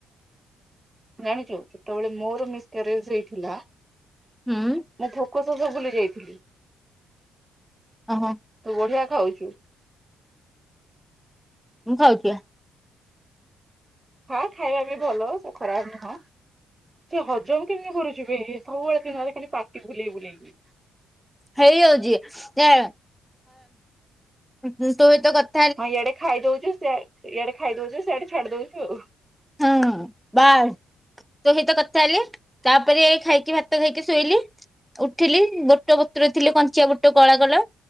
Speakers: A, on the right; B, in the centre.
A: ଜାଣିଛୁ ଯେତେବେଳେ ମୋର ମିସ୍ କ୍ୟାରେଜ୍ ହେଇଥିଲା
B: ହୁଁ
A: ମୁ କଶ ସ ଭୁଲି ଯାଇଥିଲି।
B: ଅ ହଁ।
A: ତୁ ବଢିଆ ଖାଉଚୁ।
B: ମୁଁ ଖାଉଛିିଆ
A: ହଁ ଖାଇବା ବି ଭଲ ସେ ଖରାପ ନୁହଁ। ସେ ହଜମ କେମିତି କରୁଛିବେ ସବୁବେଳେ <unintelligible> ଖାଲି ପାଟି ବୁଲେଇ ବୁଲେଇ।
B: ହେଇଯାଉଛି ଏ ହଁ ତୁ ଏ ତ କ
A: ହଁ ଇଆଡେ ଖାଇ ଦଉଛୁ ଇଆଡେ ଖାଇଦଉଛିୁ ସେଆଡେ ଛାଡି ଦଉୁ ଆଉ
B: ହଁ ବାଏ। ତୋ ସହିତ କଥା ହେଲି ତାପରେ ଖାଇକି ଭାତ ଖାଇକି ଶୋଇଲି ଉଠିଲି ବୋଟ ବିତ୍ରିରୀ ଥିଲି କଞ୍ଚା ବୁଟ କଳା କଲର